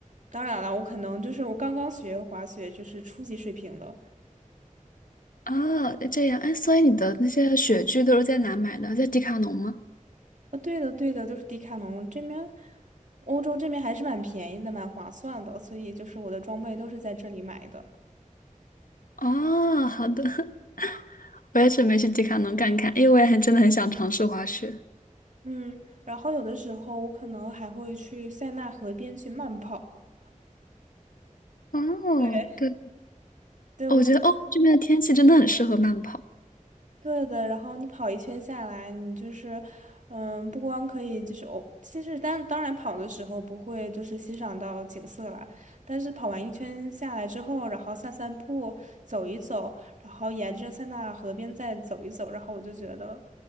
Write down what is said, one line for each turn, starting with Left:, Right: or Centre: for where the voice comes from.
Right: 当然了，我可能就是我刚刚学滑雪，就是初级水平的。
Left: 啊，这样，哎，所以你的那些雪具都是在哪买的？在迪卡侬吗？
Right: 呃，对的，对的，都是迪卡侬这边，欧洲这边还是蛮便宜的，蛮划算的，所以就是我的装备都是在这里买的。
Left: 哦，好的，<laughs> 我也准备去迪卡侬看看，因为我也很真的很想尝试滑雪。
Right: 嗯，然后有的时候我可能还会去塞纳河边去慢跑。
Left: 哦，
Right: 对，
Left: 对，
Right: 对我。
Left: 哦我觉得哦，这边的天气真的很适合慢跑。
Right: 对的，然后你跑一圈下来，你就是，嗯，不光可以就是哦，其实当当然跑的时候不会就是欣赏到景色啦，但是跑完一圈下来之后，然后散散步，走一走，然后沿着塞纳河边再走一走，然后我就觉得，